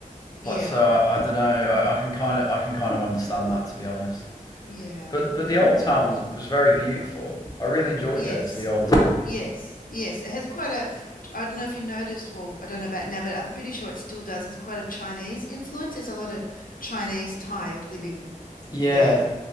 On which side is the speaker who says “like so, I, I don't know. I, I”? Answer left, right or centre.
Left